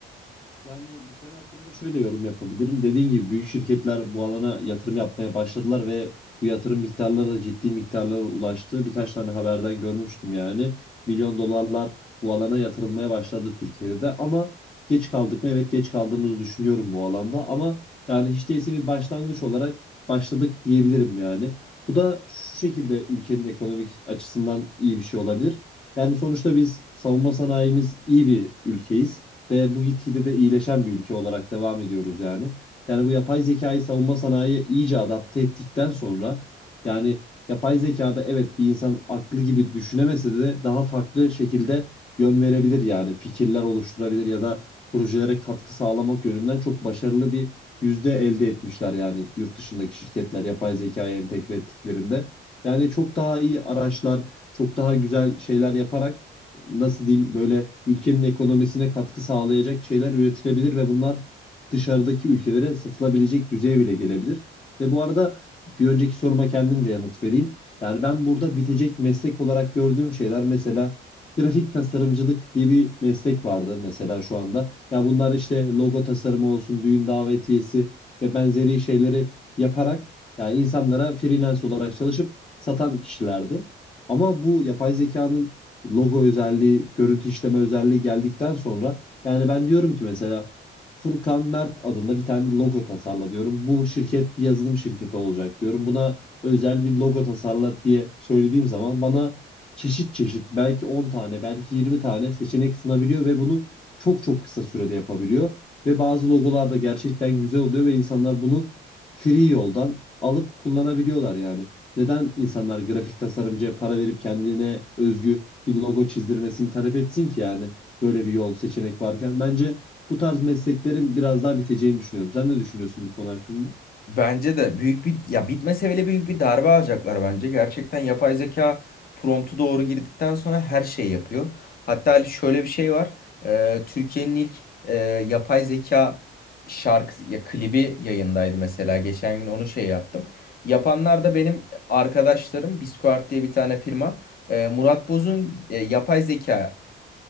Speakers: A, on the left; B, on the left.
A: Yani bu konu hakkında şöyle yorum yapabilirim. Dediğin gibi büyük şirketler bu alana yatırım yapmaya başladılar ve bu yatırım miktarları da ciddi miktarlara ulaştı. Birkaç tane haberden görmüştüm yani. Milyon dolarlar bu alana yatırılmaya başladı Türkiye'de de ama geç kaldık mı? Evet geç kaldığımızı düşünüyorum bu alanda ama yani hiç değilse bir başlangıç olarak başladık diyebilirim yani. Bu da şu şekilde ülkenin ekonomik açısından iyi bir şey olabilir. Yani sonuçta biz savunma sanayimiz iyi bir ülkeyiz ve bu gitgide de iyileşen bir ülke olarak devam ediyoruz yani. Yani bu yapay zekayı savunma sanayiye iyice adapte ettikten sonra yani yapay zekada evet bir insan aklı gibi düşünemese de daha farklı şekilde yön verebilir yani fikirler oluşturabilir ya da projelere katkı sağlamak yönünden çok başarılı bir yüzde elde etmişler yani yurt dışındaki şirketler yapay zekaya entegre ettiklerinde. Yani çok daha iyi araçlar, çok daha güzel şeyler yaparak nasıl diyeyim böyle ülkenin ekonomisine katkı sağlayacak şeyler üretilebilir ve bunlar dışarıdaki ülkelere satılabilecek düzeye bile gelebilir. Ve bu arada bir önceki soruma kendim de yanıt vereyim. Yani ben burada bitecek meslek olarak gördüğüm şeyler mesela grafik tasarımcılık diye bir meslek vardı mesela şu anda. Ya bunlar işte logo tasarımı olsun, düğün davetiyesi ve benzeri şeyleri yaparak yani insanlara freelance olarak çalışıp satan kişilerdi. Ama bu yapay zekanın logo özelliği, görüntü işleme özelliği geldikten sonra yani ben diyorum ki mesela Furkan Mert adında bir tane logo tasarla diyorum. Bu şirket bir yazılım şirketi olacak diyorum. Buna özel bir logo tasarla diye söylediğim zaman bana çeşit çeşit belki on tane belki 20 tane seçenek sunabiliyor ve bunu çok çok kısa sürede yapabiliyor. Ve bazı logolar da gerçekten güzel oluyor ve insanlar bunu free yoldan alıp kullanabiliyorlar yani. Neden insanlar grafik tasarımcıya para verip kendine özgü bir logo çizdirmesini talep etsin ki yani böyle bir yol seçenek varken? Bence bu tarz mesleklerin biraz daha biteceğini düşünüyorum. Sen ne düşünüyorsun bu konu hakkında?
B: Bence de büyük bir ya bitmese bile büyük bir darbe alacaklar bence. Gerçekten yapay zeka promptu doğru girdikten sonra her şeyi yapıyor. Hatta Ali şöyle bir şey var. Ee, Türkiye'nin ilk e, yapay zeka şarkı ya klibi yayındaydı mesela. Geçen gün onu şey yaptım. Yapanlar da benim arkadaşlarım. Bisquart diye bir tane firma. Ee, Murat Boz'un e, yapay zeka